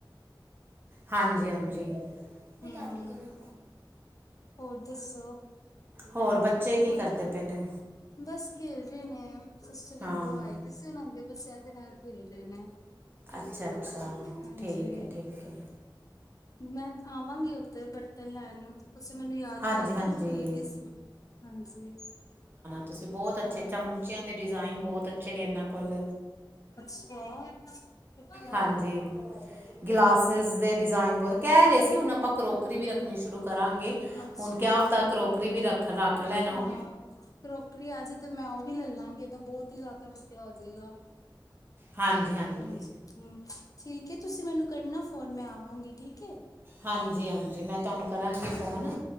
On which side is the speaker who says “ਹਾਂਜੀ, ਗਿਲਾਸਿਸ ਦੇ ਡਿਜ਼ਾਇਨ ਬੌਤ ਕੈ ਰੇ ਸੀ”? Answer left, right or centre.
Right